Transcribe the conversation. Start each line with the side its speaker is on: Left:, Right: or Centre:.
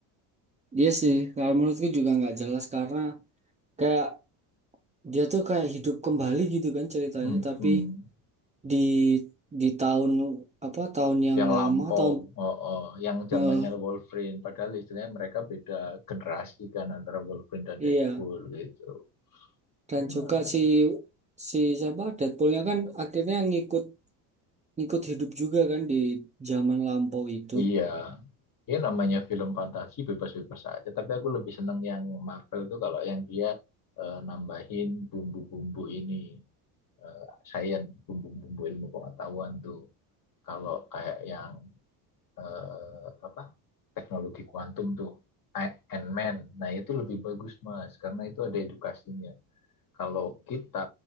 Right: Iya sih. Kalau menurutku juga nggak jelas karena kayak dia tuh kayak hidup kembali gitu kan ceritanya
Left: Hmm,
Right: tapi
Left: hmm.
Right: di di tahun apa tahun yang
Left: Yang
Right: lama
Left: lampau,
Right: tahun
Left: oh, oh. Yang zamannya
Right: eh,
Left: Wolverine, padahal istilahnya mereka beda generasi kan antara Wolverine dan
Right: iya
Left: Deadpool gitu.
Right: dan
Left: Ya,
Right: juga si si siapa Deadpoolnya kan akhirnya ngikut ngikut hidup juga kan di zaman lampau itu.
Left: Iya, ya namanya film fantasi bebas-bebas aja. Tapi aku lebih seneng yang Marvel tuh kalau yang dia eh, nambahin bumbu-bumbu ini, eh science, bumbu-bumbu ilmu pengetahuan tuh. Kalau kayak yang eh, apa teknologi kuantum tuh, I- Ant-Man. Nah itu lebih bagus Mas, karena itu ada edukasinya. Kalau kita,